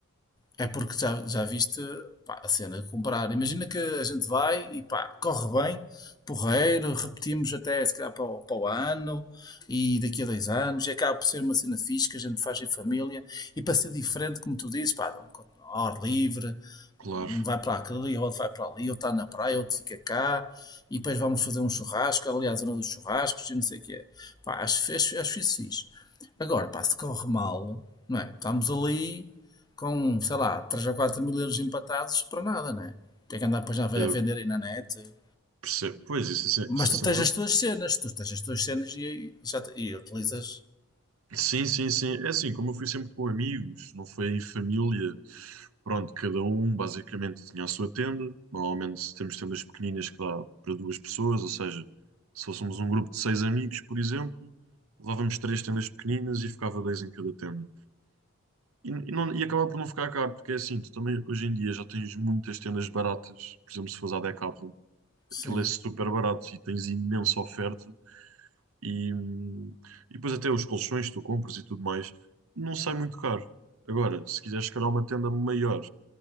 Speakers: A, on the left; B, on the right.
A: É porque já, já viste pá, a cena de comprar. Imagina que a gente vai e pá, corre bem, porreiro, repetimos até se calhar para o, para o ano e daqui a dois anos. E acaba por ser uma cena fixe que a gente faz em família e para ser diferente, como tu dizes, pá, um co- ao ar livre,
B: Claro,
A: um vai para aquele, e outro vai para ali, outro está na praia, outro fica cá, e depois vamos fazer um churrasco, aliás à zona dos churrascos, e não sei o que é. Pá, acho, acho, acho isso fixe. Agora, pá, se corre mal, não é? Estamos ali com, sei lá, 3 ou 4 mil euros empatados para nada, não é? Tem que andar depois já a
B: é,
A: vender aí na net.
B: percebo. Pois, isso é, se- isso
A: Mas
B: é
A: tu
B: sempre.
A: tens as tuas cenas, tu tens as tuas cenas e, e já, te- e utilizas.
B: Sim, sim, sim. É assim, como eu fui sempre com amigos, não foi em família, pronto, cada um basicamente tinha a sua tenda. Normalmente temos tendas pequeninas que dá para duas pessoas, ou seja, se fôssemos um grupo de seis amigos, por exemplo, levávamos três tendas pequeninas e ficava dois em cada tenda. E, e, não, e acaba por não ficar caro, porque é assim, tu também hoje em dia já tens muitas tendas baratas, por exemplo, se fores à Decathlon, aquilo
A: Sim,
B: é super barato e tens imensa oferta e, hum, e depois até os colchões que tu compras e tudo mais, não sai muito caro. Agora, se quiseres se calhar uma tenda maior,